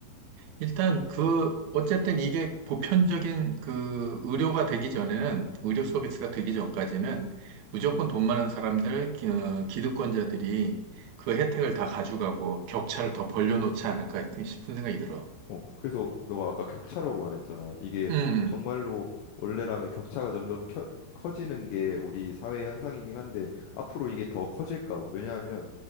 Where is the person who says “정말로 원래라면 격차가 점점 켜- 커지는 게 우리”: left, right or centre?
Left